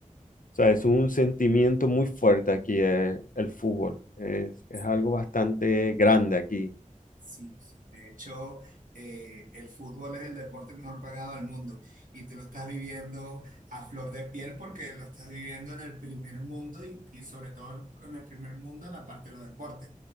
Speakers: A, on the left; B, on the right.
A: O sea, es un sentimiento muy fuerte aquí eh, el, fútbol. Es, es algo bastante grande aquí.
B: Sí, sí. De hecho, eh, el fútbol es el deporte mejor pagado del mundo y tú lo estás viviendo a flor de piel porque lo estás viviendo en el primer mundo y, y sobre todo en el primer mundo en la parte de los deportes.